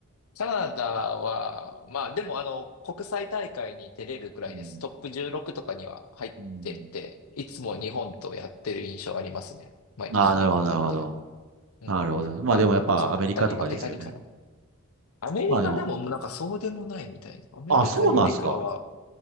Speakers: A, on the left; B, on the right.
A: カナダは、まあでもあの、国際大会に出れるくらいです。
B: うん。
A: トップ16とかには入ってって、
B: うん。
A: いつも日本とやってる印象ありますね。毎年日本とやってる。
B: ああ、なるほど、なるほど。
A: うん。
B: なるほど。まあでもやっぱアメリカとかですよね。
A: ま、勝ったり負けたりかな。アメリカでももうなんかそうでもないみたいな。
B: まあでも、
A: アメリカよりかは、
B: あそうなんですか。